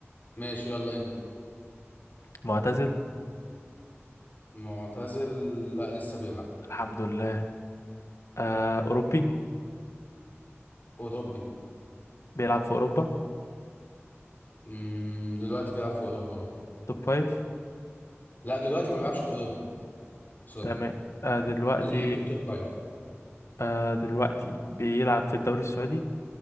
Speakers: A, on the left; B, on the left.
A: ماشي يلا ابدأ
B: <laughs> معتزل
A: معتزل لا لسه بيلعب
B: الحمد لله آه أوروبي
A: أوروبي
B: بيلعب في أوروبا
A: مم... دلوقتي بيلعب في أوروبا اه
B: توب فايف
A: لا دلوقتي ما بيلعبش في أوروبا سوري
B: تمام آه دلوقتي
A: ليه في التوب فايف
B: آه دلوقتي بيلعب في الدوري السعودي